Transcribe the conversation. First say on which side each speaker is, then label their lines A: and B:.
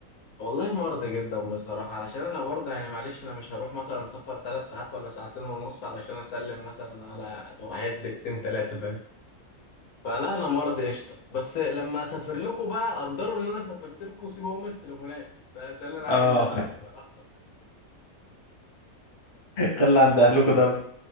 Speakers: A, on the left; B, on the left.
A: والله مرضي جدا بصراحة علشان انا برضه يعني معلش انا مش هروح مثلا سفر ثلاث ساعات ولا ساعتين ونص علشان اسلم مثلا على واحد دقيقتين ثلاثة فاهم فلا انا مرضي قشطة بس لما اسافر لكم بقى قدروا ان انا سافرت لكم وسيبوا ام التليفونات ده ده اللي انا
B: اه
A: عايز يحصل
B: <laughs>
A: بصراحة
B: خلي
A: ف-
B: عند اهلكوا ده